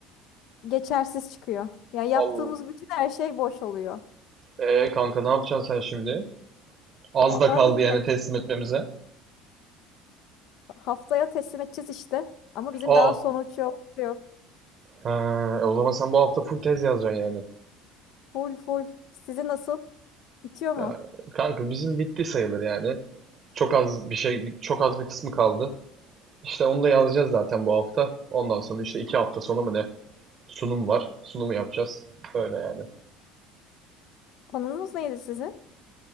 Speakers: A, on the left; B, on the right.
A: Geçersiz çıkıyor. Ya yaptığımız
B: al.
A: bütün her şey boş oluyor.
B: Ee kanka ne yapacaksın sen şimdi? Az
A: Vallahi
B: da kaldı
A: bilmiyorum.
B: yani teslim etmemize.
A: Haftaya teslim edeceğiz işte. Ama bizim
B: Aa.
A: daha sonuç yok. Yok.
B: Ha, e o zaman sen bu hafta full tez yazacaksın yani.
A: Full full. Sizin nasıl? Bitiyor mu?
B: Ya, kanka bizim bitti sayılır yani. Çok az bir şey, çok az bir kısmı kaldı. İşte onu da yazacağız zaten bu hafta. Ondan sonra işte iki hafta sonra mı ne? Sunum var. Sunumu yapacağız. Öyle yani.
A: Konunuz neydi sizin?